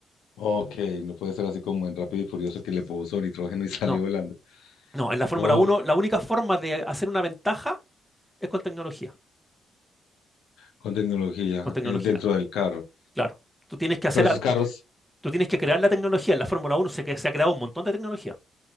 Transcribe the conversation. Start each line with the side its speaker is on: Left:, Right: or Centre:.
Left: Ok, no puede ser así como en Rápido y Furioso que le puso nitrógeno y <laughs> salió
Centre: No,
Left: volando.
Centre: no, en la Fórmula
Left: Oh,
Centre: Uno la única forma de hacer una ventaja es con tecnología,
Left: con tecnología
Centre: con tecnología,
Left: eh, dentro del carro.
Centre: claro. Tú tienes que hacer,
Left: Pero esos
Centre: a- tú,
Left: carros,
Centre: tú tienes que crear la tecnología. En la Fórmula Uno se, cre- se ha creado un montón de tecnología.